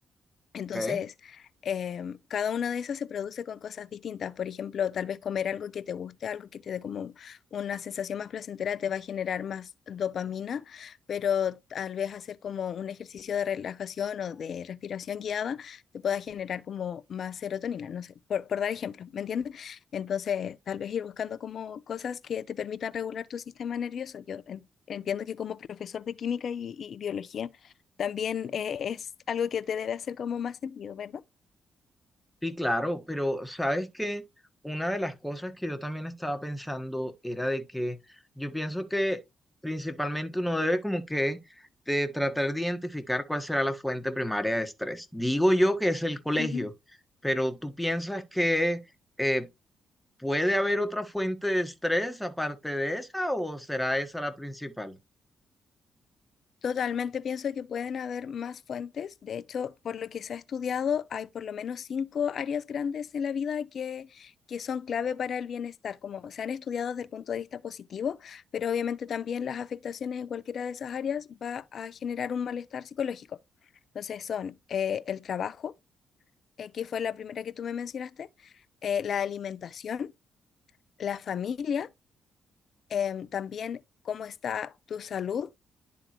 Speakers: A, on the left; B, in the centre.
A: Entonces,
B: ok.
A: em, cada una de esas se produce con cosas distintas. Por ejemplo, tal vez comer algo que te guste, algo que te dé como una sensación más placentera, te va a generar más dopamina, pero tal vez hacer como un ejercicio de relajación o de respiración guiada te pueda generar como más serotonina, no sé, por, por dar ejemplo, ¿me entiendes? Entonces, tal vez ir buscando como cosas que te permitan regular tu sistema nervioso. Yo en- entiendo que como profesor de química y y biología, también eh, es algo que te debe hacer como más sentido, ¿verdad?
B: Sí, claro, pero sabes que una de las cosas que yo también estaba pensando era de que yo pienso que principalmente uno debe como que de tratar de identificar cuál será la fuente primaria de estrés. Digo yo que es el colegio,
A: Ujú.
B: pero ¿tú piensas que eh, puede haber otra fuente de estrés aparte de esa o será esa la principal?
A: Totalmente pienso que pueden haber más fuentes. De hecho, por lo que se ha estudiado, hay por lo menos cinco áreas grandes en la vida que, que son clave para el bienestar, como se han estudiado desde el punto de vista positivo, pero obviamente también las afectaciones en cualquiera de esas áreas va a generar un malestar psicológico. Entonces son eh, el trabajo, eh, que fue la primera que tú me mencionaste, eh, la alimentación, la familia em, también cómo está tu salud